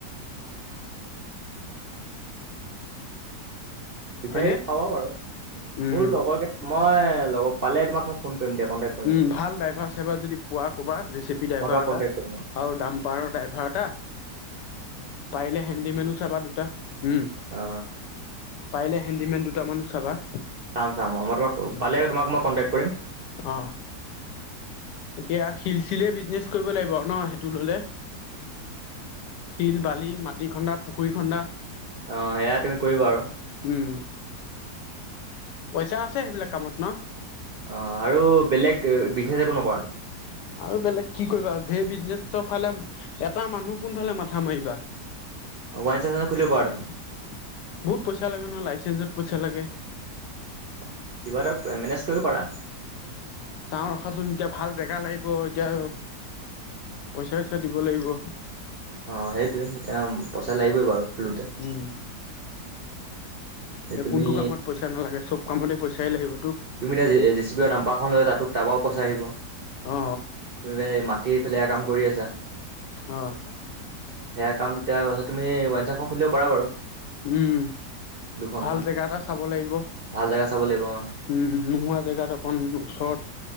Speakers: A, on the right; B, on the left.
A: উম বিচাৰি
B: হয়নে?
A: পাব বাৰু উ
B: উম,
A: মোৰ লগৰ মই লগৰ পালে তোমাক মই ফোন কৰিম দিয়া কণ্টেক্ট কৰিম
B: উম
A: তোমাক
B: ভাল ড্ৰাইভাৰ চাইভাৰ যদি পোৱা কবা জে চি পি ড্ৰাইভাৰ
A: মই তোমাক
B: এটা
A: কণ্টেক্ট কৰিম
B: আৰু ডাম্পাৰ ড্ৰাইভাৰ এটা
A: উ
B: পাৰিলে হেণ্ডিমেনো চাবা দুটা উম
A: অ
B: পাৰিলে হেণ্ডিমেন দু দুটামানো চাবা
A: চাম চাম, অ' মই অ' তোমাক
B: উম,
A: পালে তোমাক মই কণ্টেক কৰিম
B: অ এতিয়া শিলচিলে বিজনেছ কৰিব লাগিব ন সেইটো ললে? শিল বালি মাটি খন্দা পুখুৰী খন্দা
A: আহ সেয়া তুমি কৰিবা আৰু।
B: উম, পইচা আছে সেইবিলাক কামত ন?
A: অ' আৰু বেলেগ বিজনেছ একো নকৰা নেকি?
B: আৰু বেলেগ কি কৰিবা আৰু ধেৰ বিজনেচৰ ফালে এটা মানুহ কোনফালে মাথা মাৰিবা?
A: ৱাইন চোৱাইন খুলিব
B: বহুত
A: পাৰা দেখোন।
B: পইচা লাগে নহয়, লাইচেন্ঞ্চত পইচা লাগে।
A: অ' কিবা এটা <unintelligible> মেনেজ কৰিব পাৰা।
B: চাওঁ ৰখাচোন এতিয়া ভাল জেগা লাগিব এতিয়া পইচা চইচা দিব লাগিব
A: অঁ সেইটোৱে এতিয়া পইচা লাগিবই বাৰু শুলোতে
B: উম।
A: তুমি
B: কোনটো কামত পইচা নালাগে চব কামতে পইচাই লাগিব
A: তুমি এতিয়া জে- জে চি পি দাম্পাৰখন লৈ তাটো-তাৰপাও পইচা আহিব
B: অ
A: তুমি <unintelligible> <unintelligible> কাম কৰি আছা
B: আহ
A: সেয়া কাম এতিয়া তুমি ৱাইঞ্চপ খুলিব পাৰা বাৰু
B: উম
A: দুখনমান।
B: ভাল জেগা এটা চাব লাগিব,
A: ভাল জেগা চাব লাগিব অ'।
B: উম নোহোৱা জেগাত অকন ওচৰত